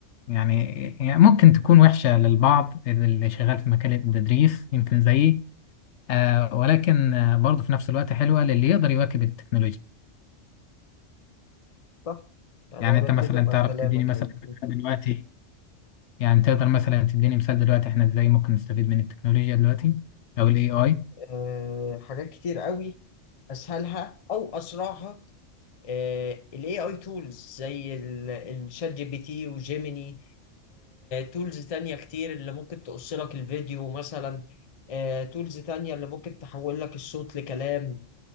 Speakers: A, on the left; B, on the left.
A: يعني يعني ممكن تكون وحشه للبعض اللي شغال في مكان التدريس يمكن زيي آه ولكن آه برضه في نفس الوقت حلوه للي يقدر يواكب التكنولوجيا
B: صح يعني
A: يعني
B: انا متفق
A: انت مثلا
B: مع
A: تعرف
B: كلامك
A: تديني مثلا
B: يعني
A: دلوقتي يعني تقدر مثلا تديني مثال دلوقتي احنا ازاي ممكن نستفيد من التكنولوجيا دلوقتي او الاي اي
B: أه حاجات كتير قوي اسهلها او اسرعها آه، ال AI tools زي الشات جي بي تي وجيميني تولز تانية كتير اللي ممكن تقص لك الفيديو مثلا تولز تانية اللي ممكن تحول لك الصوت لكلام